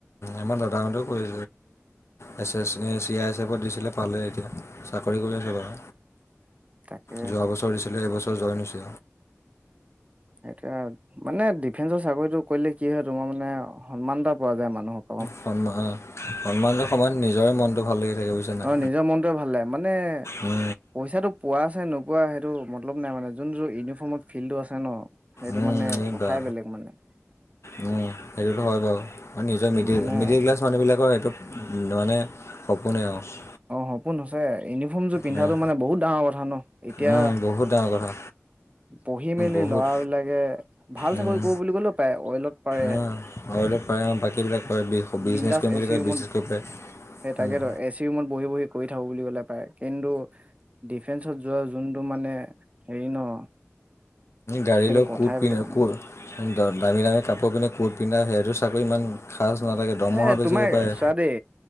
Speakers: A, on the left; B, on the right.
A: আমাৰ দাদাহঁতেও কৰি আছে, সেই এ চি আই এছ এফত দিছিলে পালে এতিয়া। চাকৰি কৰি আছে বাৰু,
B: তাকে
A: যোৱা বছৰ দি এই বছৰ জইন হৈছে।
B: সেইটোয়ে, মানে ডিফেন্সৰ চাকৰিটো কৰিলে কি হয় তোমাৰ মানে সন্মান এটা পোৱা যায় মানুহক
A: সন্মান-সন্মান এটা পালে নিজৰে মনটো ভাল লাগি থাকে বুজিছা নাই
B: অ', নিজৰ মনটোয়ে ভাল লাগে, মানে
A: উম,
B: পইচাটো পোৱাছাই নোপোৱা সেইটো ম লগ নাই মানে যোন যোৰ ইউনিফৰ্মত ফিল্টো আছে ন সেইটো
A: উম,
B: মানে
A: এই
B: কথাই
A: বা
B: বেলেগ মানে।
A: উম, সেইটোতো হয় বাৰু আৰু নিজৰ মিডিল
B: মানে
A: মিডিল ক্লাছ মানুহবিলাকৰ সেইটো মানে সপোনে আৰু।
B: অ', সপোন সচাঁয়ে। ইউনিফৰ্ম যোৰ পিন্ধাটো
A: উম,
B: মানে বহুত ডাঙৰ কথা ন। এতিয়া
A: উম, বহুত ডাঙৰ কথা
B: পঢ়ি মেলি
A: বহুত
B: ল'ৰাবিলাকে ভাল
A: উম,
B: চাকৰি কৰো বুলি ক'লেও পাৰে অইলত পাৰে।
A: অ, অইলত পাৰে বাকীবিলাক পাৰে বিজনেছ
B: বিন্দাস
A: কৰিম বুলি
B: এচি
A: কয়
B: ৰুমত
A: বিজনেছ কৰিব পাৰে
B: সেই তাকেতো
A: উম।
B: এচি ৰুমত বহি বহি কৰি থাকো বুলি ক'লে পাৰে। কিন্তু ডিফেন্সত যোৱা যোনটো মানে হেৰি ন।
A: গাড়ী
B: সেইটো
A: লৈ
B: কথাই বেলেগ মানে
A: <unintelligible> অ', দামী দামী কাপোৰ পিন্ধা কোৰ্ট পিন্ধ সেইটো চাকৰি ইমান খাচ নালাগে দৰমহা
B: এ
A: বেছি
B: তোমাৰ
A: হ'ব পাৰে।
B: চোৱা দেই